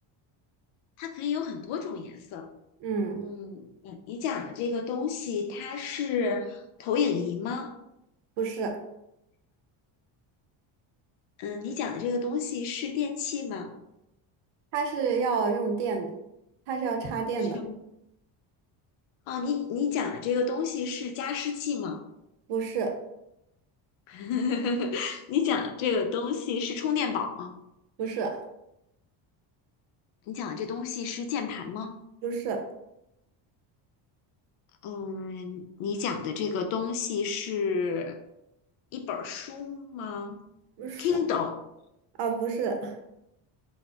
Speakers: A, on the left; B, on the right.
A: 它可以有很多种颜色。
B: 嗯，
A: 嗯，你你讲的这个东西，它是投影仪吗？
B: 不是，
A: 嗯，你讲的这个东西是电器吗？
B: 它是要用电的，它是要插电的。
A: 是有哦，你你讲的这个东西是加湿器吗？
B: 不是，
A: <laughs> 你讲的这个东西是充电宝吗？
B: 不是，
A: 你讲的这东西是键盘吗？
B: 不是，
A: 嗯，你讲的这个东西是一本儿书吗
B: 不是，
A: ？Kindle，
B: 啊，不是。